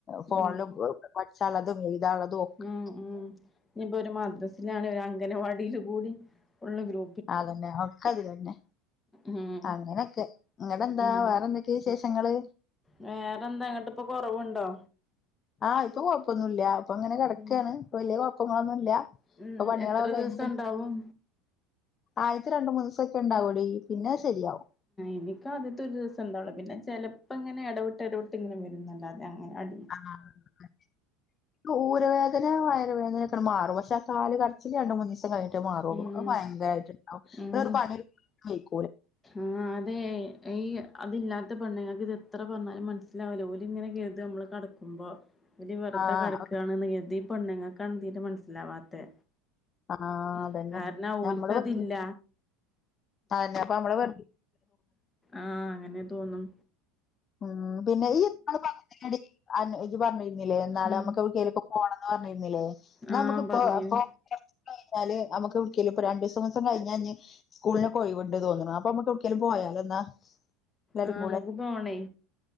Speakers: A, on the left (about 35°); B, on the left (about 15°).
A: ഫോണ്ലും
B: ഉം
A: പട്ച്ചാള്ളതും എഴ്താള്ളതും
B: ഉം ഉം ഇഞ്ഞ്പ്പോ ഒരു മദ്രസിലാണ് ഒരു അംഗനവാടില് കൂടി ഫുള്ള് ഗ്രൂ
A: അതെന്നെ ഒക്കെ അതിലെന്നെ
B: ഉം
A: അങ്ങനെയൊക്കെ ഇങ്ങട്ടെന്താ
B: ഉം
A: വേറെന്തൊക്കെ? വിശേഷങ്ങള്
B: വേറെന്താ ന്നട്ട് ഇപ്പൊ കൊറവ്ണ്ടോ?
A: ആഹ് ഇപ്പൊ കൊഴപ്പൊന്നുല്ല ഇപ്പൊ ഇങ്ങനെ കെടക്കാണ്
B: ഉം
A: വല്ല്യാ കുഴപ്പങ്ങളൊന്നുല്ല.
B: ഉം
A: ഇപ്പൊ പണികളൊക്കെ
B: എത്ര
A: കഴിഞ്ഞിട്ട്
B: ദിവസം ഇണ്ടാവും
A: ആദ്യത്തെ രണ്ട് മൂന്ന് ദിവസക്കെ ഇണ്ടാവൂടി പിന്നെ അത് ശരിയാവും
B: എനിക്ക് ആദ്യത്തെ ഒരു ദിവസം ഇണ്ടാവുള്ളൂ പിന്നെ ചെലപ്പോ ഇങ്ങനെ എടവിട്ട് എടവിട്ട് ഇങ്ങനെ വരുന്നല്ലാതെ അങ്ങനെ അടി
A: ആഹ് അതെ ക്ക് ഊരവേദന വയറുവേദനൊക്കെങ്ങട് മാറും പക്ഷേ ആ കാല് കടച്ചില് രണ്ട് മൂന്നീസം കഴിഞ് ട്ടെ മാറൊള്ളൂ
B: ഉം
A: അത് ഭയങ്കരായിട്ടുണ്ടാവും
B: ഉം
A: പി ഒരു പണിയെടുക്കാൻ വയ്ക്കൂല
B: ആഹ് അതെ ഈ അതില്ലാത്ത പെണ്ണ്ങ്ങക്ക് ഇത് എത്ര പറഞ്ഞാലും മനസ്സ് ലാവൂല ഓല് ഇങ്ങനെ കര്തും നമ്മള് കടക്കുമ്പോ ഇവരീ വെറ്തെ
A: ആഹ്
B: കെടുക്കാണെന്ന് കര്തി ഈ പൊണ്ണ്ങ്ങക്കെന്തീറ്റാ മനസ്സിലാവാത്ത
A: ആഹ്
B: ഉം
A: അതന്നെ
B: കാരണം ഓൽക്കതില്ല
A: നമ്മള് വെറുതെ അതന്നെ അപ്പൊ നമ്മള് വെ
B: ആഹ് അങ്ങനെ തോന്നും
A: ഉം പിന്നെ ഈ <unintelligible> <unintelligible> ഇജ്ജ് പറഞ്ഞിരുന്നില്ലേ നാളെ
B: ഉം
A: നമ്മുക്ക് എവിടെങ്കിലൊക്കെ പോണന്ന് പറഞ്ഞിരുന്നില്ലേ എന്നാ
B: ആഹ്
A: നമ്മക്കിപ്പോ
B: പറഞ്ഞീന്
A: അ കഴിഞ്ഞാല് നമ്മുക്ക് വീട്ടില് ഇപ്പൊ രണ്ടീസം മൂന്നീസം കഴിഞാല് സ്കൂളിനെക്കെ ഒയിവിണ്ട് തോന്നണ് അപ്പൊ നമ്മക്ക് എവിടെക്കെങ്കിലും പോയാലോ എന്നാ എല്ലാരും
B: അഹ് നമ്മുക്ക് പോണേ